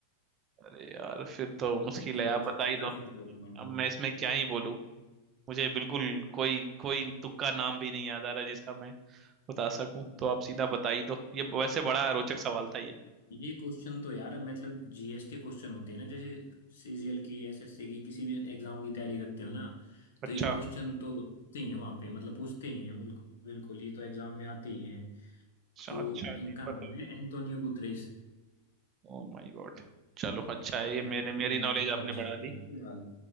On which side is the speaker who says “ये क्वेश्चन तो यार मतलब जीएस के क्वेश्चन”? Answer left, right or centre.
Left